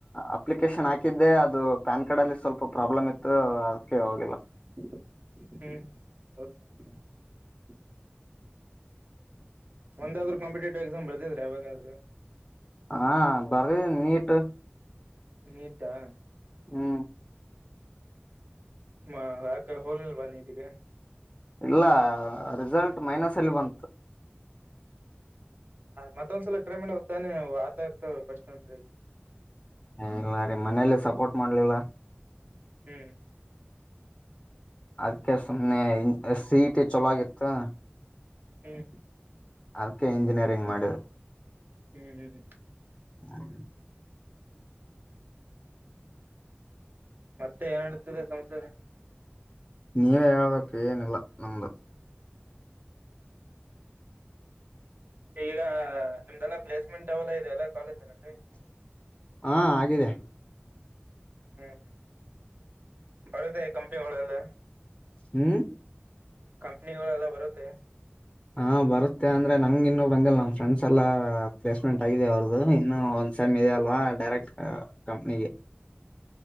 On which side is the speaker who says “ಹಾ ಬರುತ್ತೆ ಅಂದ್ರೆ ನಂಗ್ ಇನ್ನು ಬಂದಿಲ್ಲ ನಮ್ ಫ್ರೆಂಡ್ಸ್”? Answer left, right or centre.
Left